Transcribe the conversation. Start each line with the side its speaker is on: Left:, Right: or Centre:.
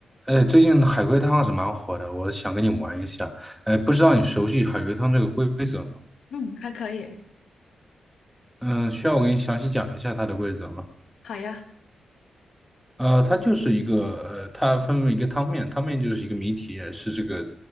Centre: 哎，最近海龟汤是蛮火的，我想跟你玩一下。哎，不知道你熟悉海龟汤这个规规则吗？
Left: 嗯，还可以，
Centre: 嗯、需要我给你详细讲一下它的规则吗？
Left: 好呀，
Centre: 呃，它就是一个呃，它分为一个汤面，汤面就是一个谜题，是这个